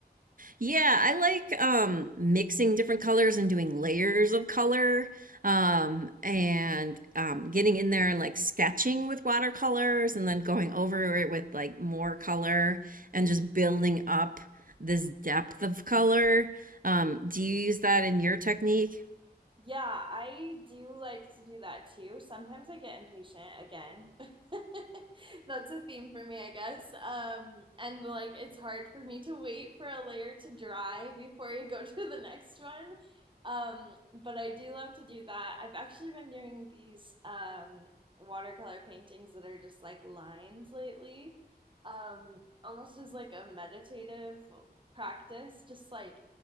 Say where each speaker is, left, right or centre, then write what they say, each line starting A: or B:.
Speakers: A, on the right (about 55°); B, on the right (about 30°).
A: Yeah, I like um mixing different colors and doing layers of color um and um getting in there and like sketching with watercolors and then going over it with like more color and just building up this depth of color. Um do you use that in your technique?
B: Yeah, I do like to do that too. Sometimes I get impatient again. <laughs> That's a theme for me, I guess. Um, and like it's hard for me to wait for a layer to dry before you go <laughs> to the next one. Um, but I do love to do that. I've actually been doing these um watercolor paintings that are just like lines lately. Um, almost as like a meditative practice, just like